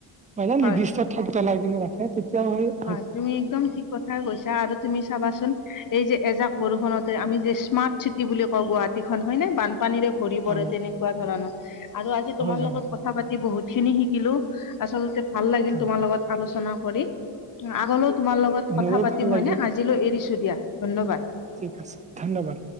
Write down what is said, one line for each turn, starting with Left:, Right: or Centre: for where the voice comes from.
Right: মানে
Left: হয়
Right: নিৰ্দিষ্ট ঠাইত পেলাইকিনি ৰাখে। তেতিয়া হৈও
Left: হয়, তুমি একদম ঠিক কথাই কৈছা। আৰু তুমি চাবাচোন। এই যে এজাক বৰষুতে আমি যে স্মাৰ্ট চিটি বুলি কওঁ গুৱাহাটীখন হয়নে? বান পানীৰে ভৰি
Right: হয়
Left: পৰে তেনেকুৱা ধৰণৰ আৰু আজি তোমাৰ
Right: হয় হয়
Left: লগত ক থা পাতি বহুতখিনি শিকিলো। আচলতে ভাল লাগিল
Right: হয়
Left: তোমা লগত আলোচনা কৰি। আগলো তোমাৰ লগত
Right: মোৰো
Left: কথা পাতিম
Right: ভাল লাগিল
Left: হয়নে? আজিলৈ এৰিছো দিয়া। ধন্যবাদ।
Right: ঠিক আছে। ধন্যবাদ।